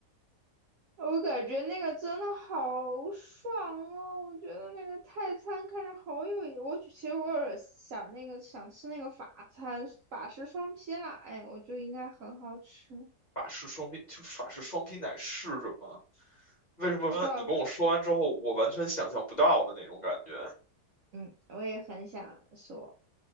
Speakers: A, on the right (about 60°); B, on the left (about 30°).
A: 我感觉那个真的好爽哦！我觉得那个泰餐看着好有意，我其实我有想那个想吃那个法餐，法式双皮奶，哎我觉得应该很好吃。
B: 法式双皮，就是法式双皮奶是什么？为什么你跟我说完之后，
A: 不知道，
B: 我完全想象不到的那种感觉？
A: 嗯，我也很想说。